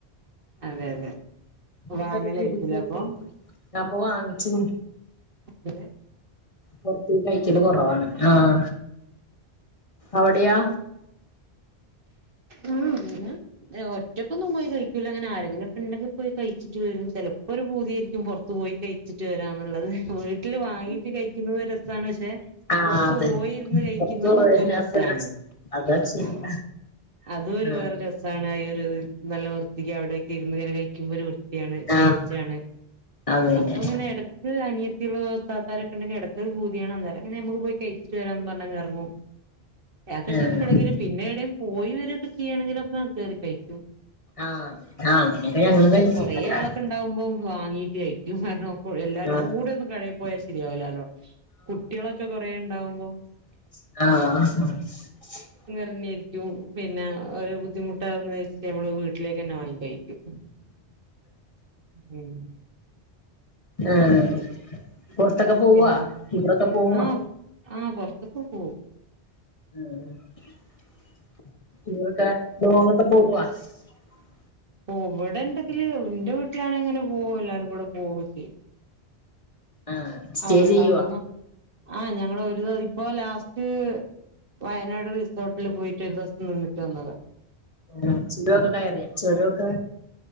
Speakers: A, on the right; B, on the left.
A: അതെ അതെ
B: ഇതൊക്കെ
A: വാങ്ങലായിരിക്കൂലേ
B: കടിച്ച
A: അപ്പൊ
B: ഞപ്പൊ വാങ്ങിച്ചു
A: <unintelligible>
B: പുറത്ത കഴിക്കല് കൊറവാണ് ആഹ അവിടെയാ
A: ഉം അങ്ങനെ ഒറ്റക്കൊന്നും പോയി കഴിക്കൂല അങ്ങനെ ആരെങ്കിലും ഉണ്ടങ്കിൽ പോയി കഴിക്കും ക് വരും ചിലപ്പോ ഒരു പൂതിയായിരിക്കും പുറത്തു പോയി കഴിച്ചിട്ട് വരാം അങ്ങാനുള്ളത് വീട്ടിൽ വാങ്ങിച്ചു കഴിക്കുന്നത് രസമാണ് പക്ഷെ
B: ആഹ്
A: പുറത്ത
B: അതെ
A: പോയിരുന്ന് കഴിക്കുന്നതും
B: പുറത്തു പോയന്നെ
A: ഒരു രസമാണ്
B: അപ്പൊ ഡ്രസ് അതാ ശരിയാ
A: ആഹ അതും ഒരു
B: ആഹ്
A: വേറെ രസമാണ് ഒരു നല്ല ക്ക് അവിടെ ഇരുന്ന്ങ്ങന കഴിക്കുമ്പോ ഒരു ടേസ്റ്റി
B: ആഹ്
A: ആണ്
B: അതന്നെ
A: അപ്പ ഇങ്ങനെ ഇടക്ക് അനിയത്തി ആൾക്കാരുണ്ടെങ്കിൽ ഇടത്തൊ ഭൂതിണ്ണം അങ്ങനെ നമുക്ക് പോയി കഴിച്ചിട്ട് വരാമന്ന് പറഞ്ഞ ഇറങ്ങു അഏതൊക്കെ
B: ആഹ്
A: എപ്പോഴെങ്കിലും പിന്നെ എടടെയും പോയി വരൊക്കെ ചെയ്യാണെങ്കിലൊക്കെ കേറി കഴിക്കും
B: ആഹ് ആഹ് അങ്ങനെയൊക്കെ ഞങ്ങളും കഴിച്ചു
A: കൊറേ
B: അല്ലാതെ
A: ആളൊക്കെ ഉണ്ടാവുമ്പോ വാങ്ങീട്ട് കഴിക്കും കാരണം എല്ലാരും
B: ആഹ്
A: കൂടെ ഒന്നും കഴയിപ്പോ പോയാൽ ശരിയാവലാലോ കുട്ടികളൊക്കെ കൊറെേ ഉണ്ടാവുമ്പോ
B: ആഹ
A: രിക്കും പിന്നെ ഒരു ബുദ്ധിമുട്ടാകുന്ന വെച്ച് നമ്മള് വീട്ടിലേക്ക് തന്നെ വാങ്ങിക്കും <unintelligible>
B: ആഹ്
A: പിന്നെ
B: പുറത്തൊക്കെ പോവാ
A: പിന്നെ
B: ടൂറൊക്കെ പോവാ
A: ആഹ ആഹ് അതൊക്കെ പോകും
B: <unintelligible>
A: പോ ഇവിടെണ്ടെങ്കില് എന്റെ വീട്ടിലാണ ഇങ്ങനെ പോവ എല്ലാരും കൂടെ പോവുക ചെയ്യ
B: ആഹ് സ്റ്റേ
A: അവ്
B: ചെയ്യുവാ
A: അവിട്ന്നൊ ആ ഞങ്ങള് ഒരു ഇപ്പോ ലാസ്റ്റ് ട് വയനാട് റിസോർട്ടില് പോയിട്ട് ഒരു ദിവസം നിന്നിട്ട് വന്നതാ
B: ആ ചുരമൊക്കെ കയറിയാ ചുരൊക്കെ